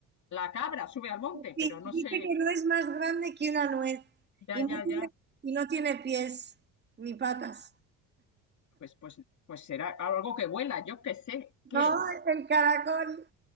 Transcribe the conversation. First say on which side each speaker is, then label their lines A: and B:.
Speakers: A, on the left; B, on the right.
A: La cabra sube al monte,
B: Sí,
A: pero no
B: dice
A: sé.
B: que no es más grande que una nuez
A: Ya,
B: y no
A: ya,
B: tiene,
A: ya.
B: y no tiene pies ni patas.
A: Pues, pues, pues será algo que vuela, yo qué sé. ¿Qué
B: No,
A: es?
B: es el caracol.